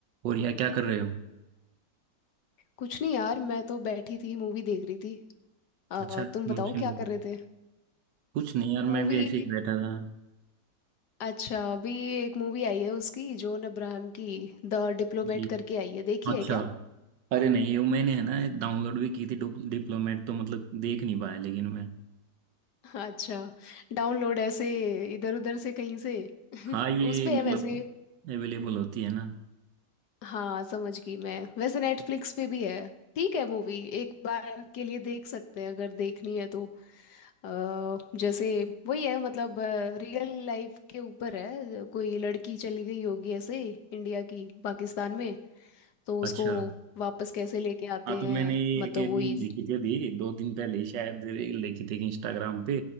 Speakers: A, on the right; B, on the left.
A: और यार क्या कर रहे हो
B: कुछ नहीं यार मैं तो बैठी थी मूवी देख रही थी अ,
A: अच्छा कौन
B: तुम बताओ
A: सी
B: क्या
A: मूवी
B: कर रहे थे
A: कुछ नहीं यार
B: मूवी
A: मैं भी ऐसे ही बैठा था
B: अच्छा अभी एक मूवी आई है उसकी जॉन अब्राहम की द डिप्लोमेट
A: जी
B: करके आई है देखी
A: अच्छा
B: है क्या
A: अरे नहीं ये मैंने है ना डाउनलोड भी की थी डिप्लोमेट तो मतलब देख नहीं पाया लेकिन मैं
B: <laughs> अच्छा डाउनलोड ऐसे इधर उधर से कहीं से <laughs>
A: हाँ ये
B: उस पे
A: मतलब
B: है वैसे
A: अवेलेबल होती है ना
B: हाँ समझ गई मैं वैसे नेटफ्लिक्स पे भी है ठीक है मूवी एक बार के लिए देख सकते हैं अगर देखनी है तो अ, जैसे वही है मतलब रियल लाइफ के ऊपर है अ, कोई लड़की चली गई होगी ऐसे इंडिया की पाकिस्तान में तो उसको
A: अच्छा
B: वापस कैसे लेके आते
A: हाँ तो
B: हैं
A: मैंने ये
B: मतलब
A: एक
B: वही
A: रील देखी थी अभी दो दिन पहले ही शायद रील देखी थी इंस्टाग्राम पे